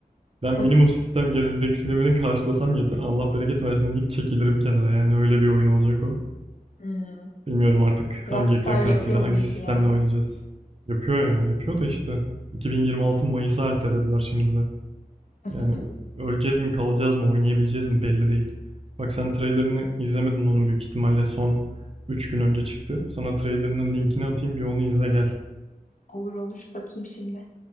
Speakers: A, on the right (about 40°); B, on the left (about 55°).
A: Ben minimum
B: O,
A: sistem gereksinimini karşılasam yeter. Allah bereket versin deyip çekilirim kenara. Yani öyle bir oyun olacak o.
B: hmm.
A: Bilmiyorum artık
B: Rockstar
A: hangi ekran kartıyla,
B: yapıyor
A: hangi
B: bu işi
A: sistemle
B: ya.
A: oynayacağız. Yapıyor ya, yapıyor da işte. 2026 Mayıs'a ertelediler şimdi de.
B: <laughs>
A: Yani öleceğiz mi, kalacağız mı, oynayabileceğiz mi belli değil. Bak sen trailerini izlemedin onun büyük ihtimalle son 3 gün önce çıktı. Sana trailerinin linkini atayım bir onu izle gel.
B: Olur olur bakayım şimdi.